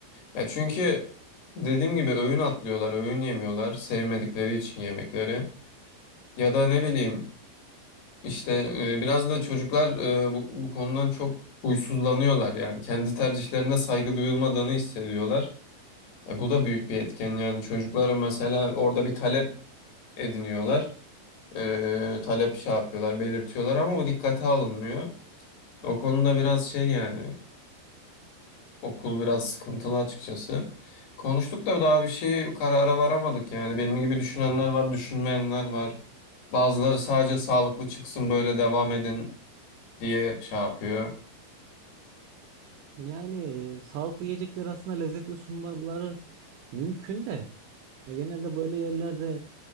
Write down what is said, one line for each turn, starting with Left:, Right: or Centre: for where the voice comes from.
Left: Ya çünkü dediğim gibi öğün atlıyorlar, öğün yemiyorlar sevmedikleri için yemekleri. Ya da ne bileyim işte e, biraz da çocuklar e, bu, bu konudan çok huysuzlanıyorlar yani kendi tercihlerine saygı duyulmadığını hissediyorlar. E, bu da büyük bir etken yani çocuklara mesela orada bir talep ediniyorlar. e, talep şey yapıyorlar, belirtiyorlar ama bu dikkate alınmıyor. O konuda biraz şey yani okul biraz sıkıntılı açıkçası. Konuştuk da daha bir şey karara varamadık yani. Benim gibi düşünenler var, düşünmeyenler var. Bazıları sadece sağlıklı çıksın böyle devam edin diye şey yapıyor.
Right: Yani e, sağlıklı yiyecekleri aslında lezzetli sunmaları mümkün de e, genelde böyle yerlerde